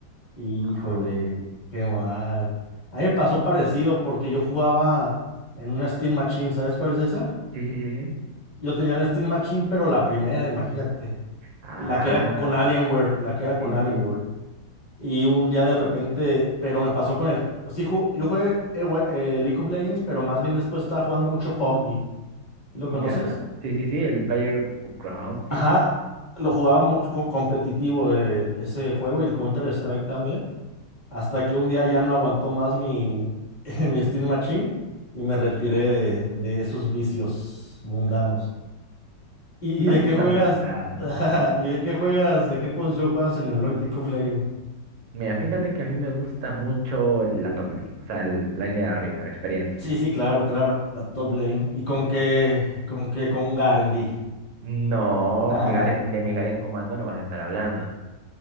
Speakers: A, on the left (about 25°); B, on the right (about 80°).
A: Híjole,
B: Ah,
A: qué mal. A mí me pasó parecido porque yo jugaba en una Steam Machine, ¿sabes cuál es esa?
B: sí, sí, sí, sí.
A: Yo tenía la Steam Machine, pero la primera, imagínate.
B: Ah,
A: La que era con Alienware, la que era
B: sí,
A: con Alienware.
B: sí, sí.
A: Y un día de repente, pero me pasó con el... Sí, ju- yo jugué eh, güey, eh, League of Legends, pero más bien después estaba jugando mucho PUBG. ¿Lo
B: Ya.
A: conoces?
B: Sí, sí, sí, el Player of Crowns. Sí,
A: Ajá,
B: sí.
A: lo jugaba mucho co- competitivo eh, ese juego y el Counter-Strike también. hasta que un día ya no aguantó más mi, <laughs> mi Steam Machine y me retiré de, de esos vicios mundanos. ¿Y,
B: No
A: y de
B: son
A: qué juegas?
B: tan mundanos.
A: <laughs>
B: <laughs>
A: ¿Y de qué juegas? ¿De qué posición juegas en el Lo- League of Legends?
B: Mira, fíjate que a mí me gusta mucho la top lane, o sea, el- la línea de arriba, la experiencia.
A: Sí, sí, claro, claro, la top lane. ¿Y con qué, con qué, con Garendi?
B: No,
A: <laughs>
B: mi Garen- de mi en Comando no vas a estar hablando.